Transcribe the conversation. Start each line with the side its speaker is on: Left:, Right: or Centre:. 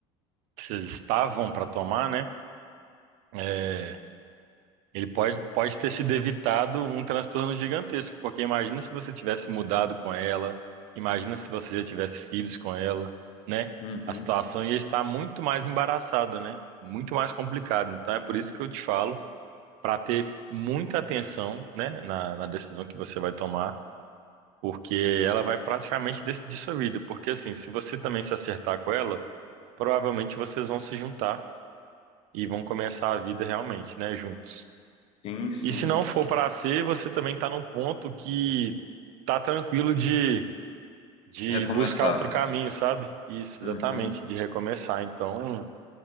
Right: que vocês estavam para tomar, né? é, ele pode, pode ter sido evitado um transtorno gigantesco, porque imagina se você tivesse mudado com ela, imagina se você já tivesse filhos com ela, né?
Left: Uhum.
Right: A situação ia estar muito mais embaraçada, né? Muito mais complicada. Então é por isso que eu te falo para ter muita atenção, né, na, na decisão que você vai tomar porque ela vai praticamente decidir sua vida. Porque assim, se você também se acertar com ela, provavelmente vocês vão se juntar e vão começar a vida realmente, né, juntos.
Left: Sim, sim.
Right: E se não for para ser, você também tá num ponto que tá tranquilo de de
Left: Recomeçar.
Right: buscar outro caminho, sabe? Isso,
Left: Uhum.
Right: exatamente, de recomeçar. Então,